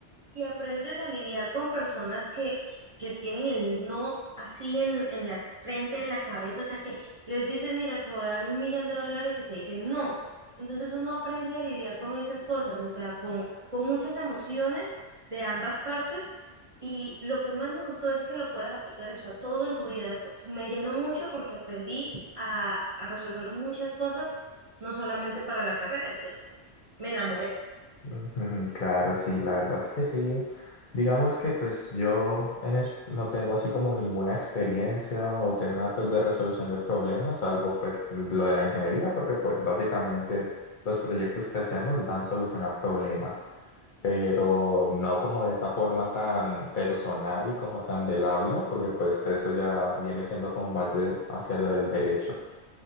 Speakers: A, on the right; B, on the left.
A: y aprendes a lidiar con personas que, que tienen el no así en, en la frente, en la cabeza, o sea que les dices, mira, te voy a dar un millón de dólares y te dicen no. Entonces uno aprende a lidiar con esas cosas, o sea, con, con muchas emociones de ambas partes. Y lo que más me gustó es que lo puedas aplicar eso a todo en tu vida. Eso me llenó mucho porque aprendí a, a resolver muchas cosas, no solamente para la carrera. Entonces, me enamoré.
B: Ujú, Claro, sí, la verdad es que sí. Digamos que pues yo en es- no tengo así como ninguna experiencia o tema pues de resolución de problemas, salvo pues lo de la ingeniería, porque pues básicamente los proyectos que hacemos dan solución a problemas, pero no como de esa forma tan personal y como tan del habla, porque pues eso ya viene siendo como más de hacia lo del derecho.